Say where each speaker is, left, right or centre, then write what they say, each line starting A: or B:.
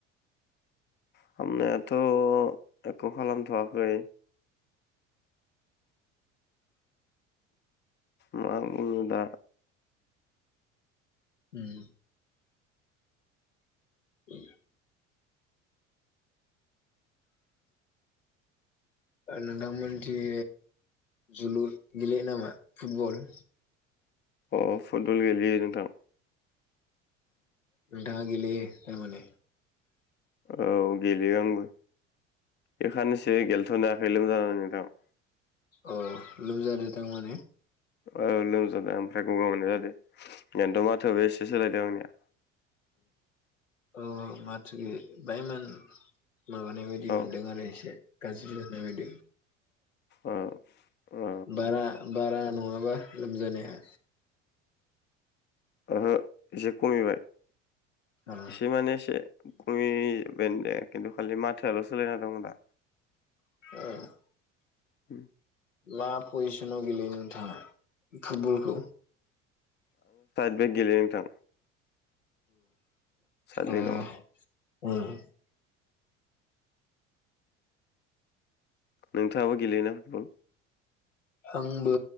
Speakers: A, on the left (about 30°); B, on the left (about 80°).
A: खालामनायाथ' एख' खालामथ'वाखै मा बुंनो दा
B: उम औ आरो दां मोनथिं जोलुर गेले नामा फुटबल?
A: अ फुटब'ल गेलेयो नोंथां।
B: नोंथाङा गेले थारमाने।
A: औ गेलेयो आंबो बेखनोसो गेलेथ'नो हाखै लोमजानानै। नोंथां
B: अ लोमजादों थारमाने।
A: औ लोमजादों ओमफ्राय गगाव मोननाय जादों आययाथ' माथो एसे सोलायदों आंनिया
B: औ माथ बायमोन माबानाय बायदि
A: औ
B: मोनदों आरो एसे गाज्रि होनानाय बायदि
A: अ औ
B: बारा बारा नङाबा लोमजानाया?
A: ओहो एसे खमिबाय
B: ओ
A: एसे माने एसे खमि। बेनो द खिन्थु खालि माथ्रायाल' सोलायना दं दा
B: औ
A: उम
B: मा पजिसनाव गेलेयो नोंथाङा फुटबलखौ?
A: बे गेलेनो नोंथां साइद
B: अ
A: बेकआव
B: <unintelligible>
A: नोंथाङाबो गेलेयोना फुटबल?
B: आंबो